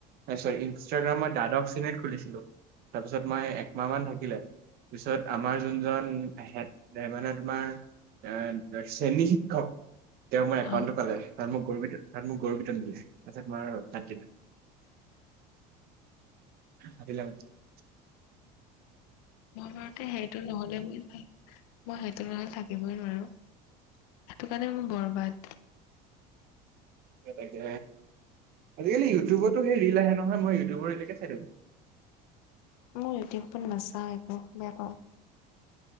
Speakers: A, on the right (about 55°); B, on the left (about 80°).
A: চ ইনষ্টাগ্ৰামই দাদশ শ্ৰেনীত খুলিছিলো তাৰপিছত মই একমাহ মান থাকিলে। পিছত আমাৰ যোনজন মানে তোমাৰ এ শ্ৰেণী শিক্ষক তেওঁ মই একাউণ্টত
B: অ
A: পালে তাত মোক গৰু পিতন তাত মোক গৰু পিতন দিলে তাৰপাছত তোমাৰ তাত দিলো আবিল <unintelligible>
B: যাওঁতে সেইটো নহলে মই মই সেইটো নহলে থাকিবই নোৱাৰো। সেইটো কাৰণে মোৰ বৰবাদ
A: তাকে আজিকালি ইউটিউবতো লাহে নহয় মই ইউটিউবৰ এলেকে চাই থো
B: মোৰ ইউটিউবত নাচাওঁ একো বেয়া পাওঁ।